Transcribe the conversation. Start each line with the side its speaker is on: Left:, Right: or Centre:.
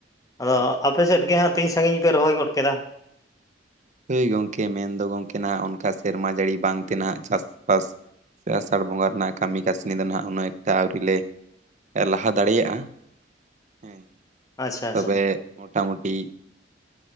Left: ᱟᱫᱚ
Right: ᱟᱪᱪᱷᱟ
Left: ᱟᱯᱮ ᱥᱮᱫ ᱜᱮ ᱦᱟᱸᱜ ᱛᱤᱧ ᱥᱟᱺᱜᱤᱧ ᱯᱮ ᱨᱚᱦᱚᱭ ᱜᱚᱫ ᱠᱮᱫᱟ
Right: ᱦᱳᱭ ᱜᱚᱢᱠᱮ ᱢᱮᱱᱫᱚ ᱜᱚᱢᱠᱮ ᱱᱟᱦᱟᱜ ᱚᱱᱠᱟ ᱥᱮᱨᱢᱟ ᱡᱟᱹᱲᱤ ᱵᱟᱝᱛᱮ ᱱᱟᱦᱟᱜ ᱪᱟᱥᱼᱵᱟᱥ ᱥᱮ ᱟᱥᱟᱲ ᱵᱚᱸᱜᱟ ᱨᱮᱱᱟᱜ ᱠᱟᱹᱢᱤ ᱠᱟᱹᱥᱱᱤ ᱫᱚ ᱱᱟᱦᱟᱜ ᱩᱱᱟᱹᱜ ᱮᱠᱴᱟ ᱟᱹᱣᱨᱤᱞ ᱞᱮ ᱞᱟᱦᱟ ᱫᱟᱲᱮᱭᱟᱜᱼᱟ ᱦᱮᱸ
Left: ᱟᱪᱪᱷᱟ
Right: ᱛᱚᱵᱮ
Left: ᱟᱪᱪᱷᱟ
Right: ᱢᱚᱴᱟᱢᱩᱴᱤ